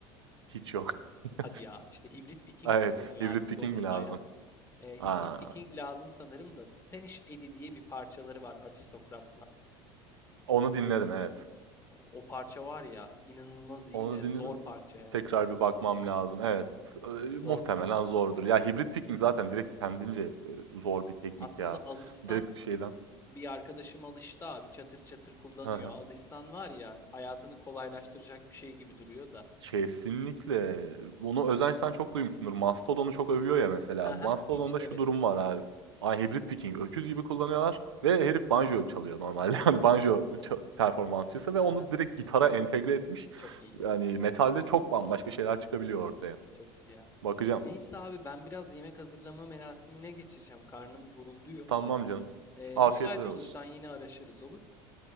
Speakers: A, on the right; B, on the left.
A: Hiç yok. <laughs>
B: Hadi ya işte hibrit picking
A: Evet,
B: kullanıyor
A: Hybrid
B: abi
A: Picking
B: Gov'un
A: mi lazım?
B: baya. Eee,
A: A!
B: Hybrid Viking lazım sanırım da Spanish Eddie diye bir parçaları var Aristokrat'la.
A: Onu dinledim, evet.
B: O parça var ya inanılmaz iyi
A: Onu
B: de
A: dinledim.
B: zor parça ya.
A: Tekrar bir bakmam lazım. Evet, eee,
B: Zor
A: muhtemelen
B: parça.
A: zordur. Ya, Hybrid Picking zaten direkt kendince, eee, zor bir teknik
B: Aslında
A: ya.
B: alışsan
A: Direkt şeyden
B: bir arkadaşım alıştı abi çatır çatır kullanıyor.
A: Hı hı.
B: Alışsan var ya hayatını kolaylaştıracak bir şey gibi duruyor da.
A: Kesinlikle. Bunu Özenç'ten çok duymuşsundur. Mastodon'u çok övüyor ya mesela.
B: Haha
A: Mastodon'da
B: hibrit evet.
A: şu durum var abi. Ay hibrit picking öküz gibi kullanıyorlar ve herif banjo çalıyor normalde. <laughs> Hani
B: Haha
A: banjo
B: haha
A: ça- performansçısı ve
B: haha
A: onu direkt gitara entegre etmiş.
B: çok iyi ya
A: Yani metalde çok bambaşka şeyler çıkabiliyor ortaya.
B: çok iyi ya.
A: Bakacağım.
B: Neyse abi ben biraz yemek hazırlama merasimine geçeceğim. Karnım gurulduyor.
A: Tamam canım.
B: Ee,
A: Afiyetler
B: müsait
A: olsun.
B: olursan yine araşırız olur mu?